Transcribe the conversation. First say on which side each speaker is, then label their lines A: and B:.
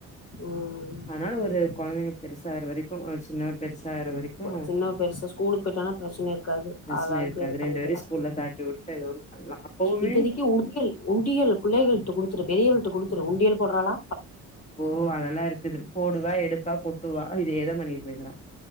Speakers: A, on the left; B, on the left.
A: ம்
B: அதனால ஒரு கொழந்தைங்க பெருசாக வரைக்கு ஒரு சின்ன பெருசாகுற வரைக்கு
A: சின்ன பெருசு ஸ்கூலுக்கு போயிட்டானா பிரச்சன இருக்காது
B: பிரச்சன
A: ஆள ஆளுக்கு
B: இருக்காது
A: இது பண்ணிக்கலா
B: ரெண்டு பேரையு ஸ்கூல்ல தாட்டி விட்டு ஏதோ ஒன்னு பண்லா அப்பவுமே
A: இப்போதைக்கு உண்டியல் உண்டியல் பிள்ளைகள்ட குடுத்து த்துரு பெரியவல்ட குடுத்துரு உண்டியல் போடறாளா
B: ஓ அதெல்லா இருக்குது போடுவா எடுப்பா கொட்டுவா இதேத பண்ணிட் ரிகரா